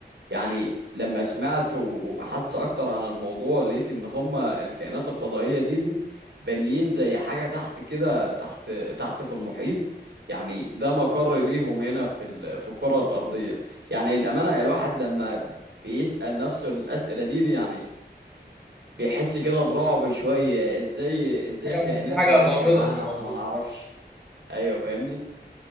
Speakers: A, on the right; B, in the centre.
A: يعني لما سمعت وبحثت اكتر عن الموضوع لقيت ان هما الكائنات الفضائية دي دي بانيين زي حاجة تحت كده تحت تحت في المحيط يعني ده مقر ليهم هنا في ال... في الكرة الأرضية يعني الأمانة الواحد لما بيسأل نفسه الأسئلة دي, دي يعني بيحس كده برعب شوية ازاي ازاي
B: حاجة
A: الكائنات
B: م- في حاجة
A: دي عايشة
B: غامضة
A: معانا
B: في الموضوع
A: واحنا ما نعرفش ايوه فاهمني